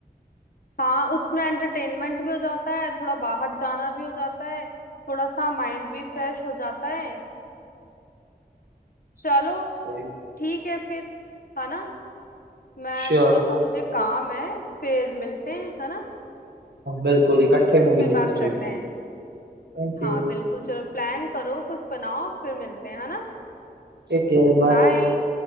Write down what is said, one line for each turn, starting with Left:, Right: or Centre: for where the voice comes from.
Left: हाँ उसमें एंटरटेनमेंट भी हो जाता है थोड़ा बाहर जाना भी हो जाता है थोड़ा सा माइंड भी फ्रेश हो जाता है चलो
Right: सही
Left: ठीक है फिर है ना मैं
Right: श्योर
Left: थोड़ा सा मुझे काम है फिर मिलते हैं है ना
Right: बिल्कुल इकट्ठे मूवी
Left: फिर
Right: देखने
Left: बात करते
Right: चलेंगे
Left: हैं
Right: Thank
Left: हाँ
Right: you
Left: बिल्कुल चलो प्लान करो कुछ बनाओ फिर मिलते हैं है ना
Right: Take care bye
Left: बाय